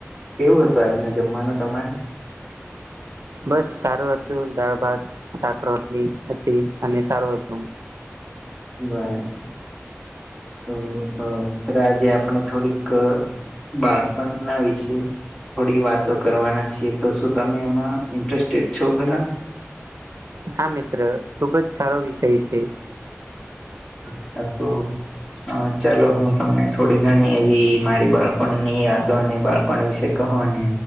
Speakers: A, on the left; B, on the right.
A: કેવું હતું આજનો જમવાનો તમારે.
B: બસ સારું હતું દાળ ભાત. શાક રોટલી હતી અને સારું હતું.
A: બરાબર તો મ મિત્ર આજે આપણે થોડીક. બાળપણના વિશે. થોડી વાતો કરવાના છીએ તો શું તમે એમાં ઇન્ટરેસ્ટેડ છો ખરા.
B: હા મિત્ર ખુબજ સારો વિષય છે.
A: અચ્છા તો. હ ચાલો હું તમને થોડી ગણી એવી મારી બાળપણ ની યાદો અને બાળપણ. પણ વિશે કહો અને